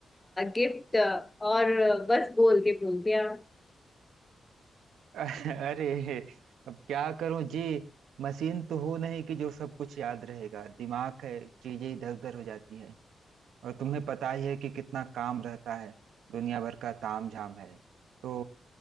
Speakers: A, on the left; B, on the right.
A: गिफ्ट और बस बोल के भूल गया
B: <laughs> अरे अब क्या करूं जी मशीन तो हो नहीं कि जो सब कुछ याद रहेगा दिमाग है चीजें इधर उधर हो जाती हैं और तुम्हें पता ही है कि कितना काम रहता है दुनिया भर का ताम झाम है तो